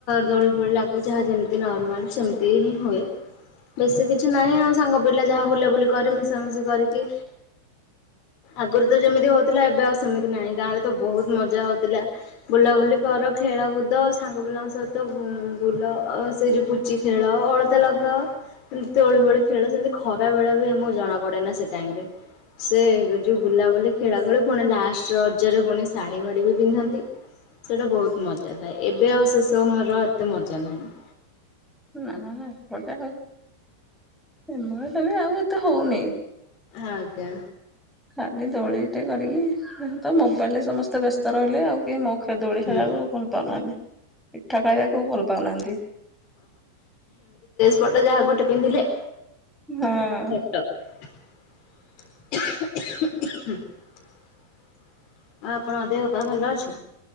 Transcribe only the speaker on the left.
ଦୋଳି ଫୋଳି ଲାଗେ ଯାହା ଯେମତି ନର୍ମାଲ ସେମିତି ହିଁ ହୁଏ ବେଶୀ କିଛି ନାହିଁ ଆଉ ସାଙ୍ଗ ପିଲା ଯାହା ବୁଲାବୁଲି କରି ମିଶାମିଶି କରିକି ଆଗରୁ ତ ଯେମିତି ହଉଥିଲା ଏବେ ଆଉ ସେମିତି ନାହିଁ ଗାଁ ରେ ତ ବହୁତ ମଜା ହଉଥିଲା ବୁଲାବୁଲି କର ଖେଳକୁଦ ସାଙ୍ଗ ପିଲାଙ୍କ ସହିତ ବୁଲ ସେ ଯଉ ପୁଚି ଖେଳ ଅଳତା ଲଗାଅ ତୋଳି ଫୋଳି ଖେଳ ସେମିତି ଖରା ବେଳେ ବି ଆମକୁ ଜଣା ପଡେ ନା ସେ ଟାଇମ ରେ ସେ ଯୋଉ ବୁଲାବୁଲି ଖେଳା ଖେଳି ପୁଣି ଲା ରଜରେ ପୁଣି ଶାଢ଼ୀ ଭାଢି ବି ପିନ୍ଧନ୍ତି। ସେଟା ବହୁତ ମଜା ଥାଏ। ଏବେ ଆଉ ସେ ସବୁ ମୋର ଏତେ ମଜା ନାହିଁ।
ଆଜ୍ଞା।
ହୁଁ
ପଟ ଯାହା ଗୋଟେ ପିନ୍ଧିଲେ
ଫଟୋ <inaudible> <unintelligible> ପା ଭଲ ଅଛି?